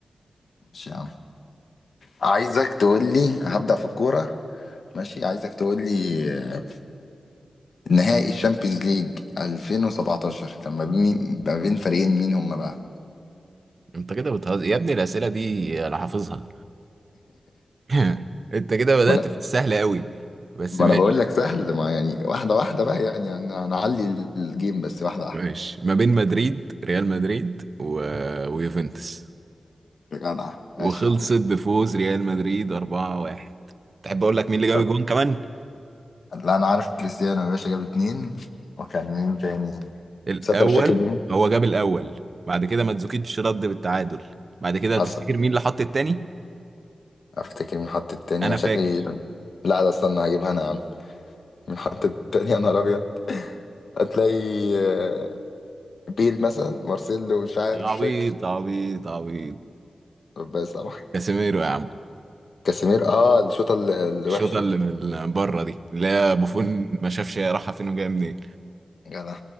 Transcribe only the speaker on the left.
ماشي يا عم عايزك تقول لي هبدأ في الكورة ماشي عايزك تقول لي نهائي الشامبيونز ليج 2017 كان ما بين ما بين فريقين مين هم بقى
ما انا
ما
أنا بقول لك سهل ما يعني واحده واحده بقى يعني انا هنعلي الجيم بس واحده واحده
يا جدع ماشي
يا عم
طب،
لا انا عارف كريستيانو يا باشا جاب اتنين وكان مين تاني
تصدق مش فاكر مين
حصل
افتكر مين حط التاني
شكلي
لا ده استنى هجيبها انا يا عم مين حط التاني يا نهار ابيض هتلاقي آه، بيل مثلا مارسيلو مش عارف
مش
فاكر
ربنا يسامحك
كاسيمير اه الشوطه ال- الوحشه
دي
آه.
جدع